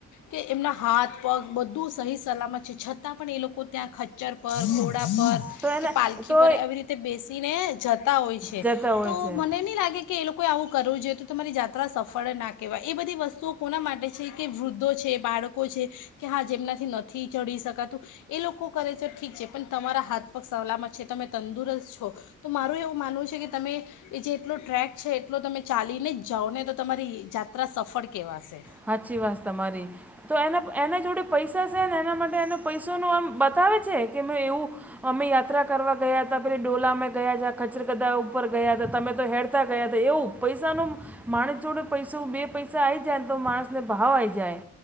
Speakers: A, on the left; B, in the centre.
A: કે એમના હાથ પગ બધું સહી સલામત છ. ે છતાં પણ એ લોકો કો ત્યાં ખચ્ચર પર ઘોડા પર
B: તો એને
A: કે પાલખી
B: તો
A: પર એવી રીતે બેસીને જતા હોય છે.
B: જતા હોય
A: તો
B: છે
A: મને નહી લાગે કે એ લોકોએ આવું કરવું જોઈએ તો તમારી જાત્રા સફળ ના કહેવાય એ બધી વસ્તુઓ કોના માટે છે. કે વૃદ્ધો છે બાળકો કો છે. કે હા જેમનાથી નથી ચઢી શકાતું એ લોકો કરે છે, ઠીક છે પણ તમારા હાથપગ સલામત છે. તમે તંદુરસ્ત છો તો તો મારું એવું માનવું છે કે તમે એ જેટલો ટ્રેક છે. એટલો તમે ચાલીને જ જાઓ ને તો તમારી જાત્રા સફળ કેવાશે.
B: સાાચી વાત તમારી. તો એના એના જોડે પૈસા છે, ને એના માટે એને પૈસોનું આમ બતાવે છે. કે મેં એવું અમે યાત્રા કરવા ગયા તા ડોલા મે ગયા ખચરગદા ઉપર ગયા હતા, તમે તો હેડ ગયા તા એવું પૈસાનું માણસ જોડે પૈસું બે પૈસા આવી જાયને તો માણસને ભાવ આઇ જાય.